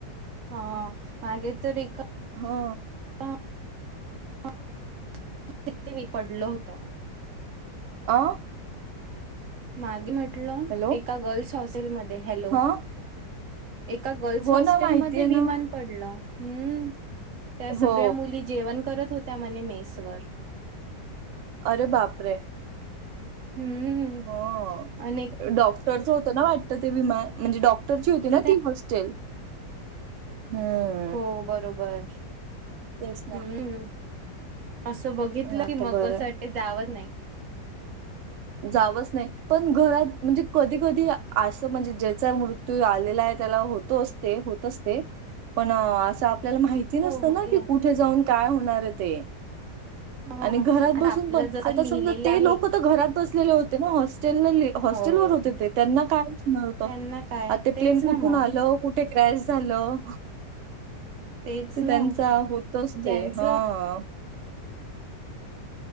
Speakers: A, on the right; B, on the right.
A: हा मागे तरी का
B: ह
A: <unintelligible> मी पडलं होतं.
B: आं
A: मागे म्हटलं
B: हॅलो
A: एका गर्ल्स हॉस्टेलमध्ये हॅलो.
B: हा
A: एका गर्ल्स
B: हो
A: हॉस्टेलमध्ये
B: ना माहितीय
A: विमान
B: ना
A: पडलं हम्म त्या सगळ्या
B: हो
A: मुली जेवण करत होत्या म्हणे मेसवर.
B: अरे बापरे!
A: हम्म.
B: हो
A: आणि एक
B: डॉक्टरचं होतं ना वाटतं ते विमा म्हणजे डॉक्टरची होती ना
A: तर त्या
B: ती वस चेल हम्म.
A: हो बरोबर.
B: तेच ना.
A: हम्म असं बघितलं
B: आता
A: की
B: बरं
A: मग असं
B: आहे.
A: वाटते जावं नाही.
B: जावंच नाही पण घरात म्हणजे कधी कधी असं म्हणजे ज्याचा मृत्यू आलेला आहे त्याला होत तो असते होत असते पण असं आपल्याला माहि ती नसतं
A: हो हो
B: ना
A: ते
B: कि कुठे जाऊन काय होणार आहे ते.
A: हा
B: आणि घरात
A: आता
B: बसून
A: आपलं
B: पण
A: जसं
B: आता
A: लिहिलेलं
B: समजा ते
A: आहे
B: लोकं तर घरात तसलेले होते ना हॉस्टेलले हॉस्टेलवर
A: हो.
B: होते ते त्यांना काय होणार होतं.
A: त्यांना काय
B: अ ते
A: तेच
B: प्लेन कुठून
A: ना मग
B: आलं कुठे क्रॅश झालं
A: तेच
B: तर
A: ना
B: त्यांचा होतोच
A: ज्यांचं
B: ते हा.